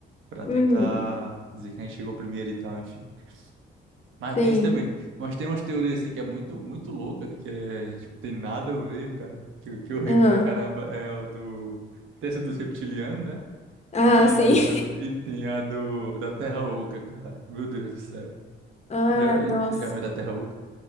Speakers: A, on the right (about 80°); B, on the left (about 35°).
A: pra
B: uhum.
A: tentar dizer que a gente chegou primeiro e tal, enfim. Mas
B: Sim.
A: tem isso também. Mas tem umas teorias, assim, que é muito, muito louca, que é, tipo, tem nada a ver, cara. Que, o que eu rio
B: ah
A: pra caramba é o do... Tem essa dos reptilianos, né?
B: Ah,
A: E tem
B: sim.
A: a
B: <laughs>
A: do, e tem a do, da Terra Oca, cara. Meu Deus do céu.
B: Ah,
A: Já,
B: nossa.
A: já viu da Terra Oca?